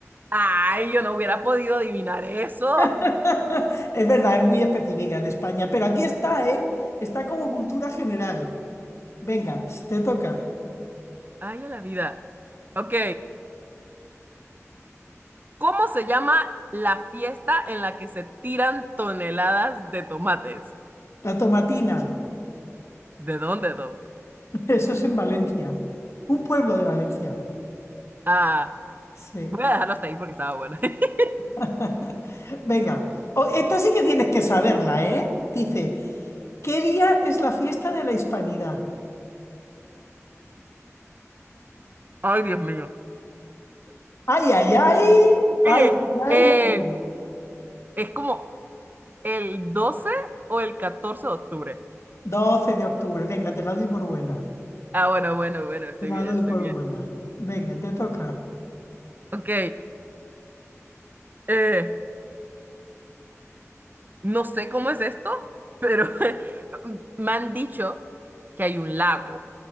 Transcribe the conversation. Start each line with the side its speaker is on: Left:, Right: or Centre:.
Right: Ay, yo no hubiera podido adivinar eso.
Left: <laughs>
Right: <laughs>
Left: Es verdad, es muy específica de España, pero aquí está, ¿eh? Está como cultura general. Venga, te toca.
Right: Ay, a la vida. Ok, ¿cómo se llama la fiesta en la que se tiran toneladas de tomates?
Left: La Tomatina.
Right: ¿De dónde, though?
Left: <laughs> Eso es en Valencia. Un pueblo de Valencia.
Right: Ah,
Left: Sí.
Right: voy a dejarlo hasta ahí porque estaba bueno. <laughs>
Left: <laughs> Venga, O- esta sí que tienes que saberla, ¿eh? Dice, ¿qué día es la fiesta de la Hispanidad?
Right: Ay, Dios mío.
Left: Ay, ay, ay, ay,
Right: Eh,
Left: ay,
Right: eh,
Left: no me digas.
Right: es como el 12 o el 14 de octubre.
Left: 12 de octubre, venga, te la doy por buena.
Right: Ah, bueno, bueno, bueno, estoy
Left: Te la
Right: bien,
Left: doy
Right: estoy
Left: por
Right: bien.
Left: buena. Venga, te toca.
Right: Ok, eh, no sé cómo es esto, pero <laughs> me han dicho que hay un lago.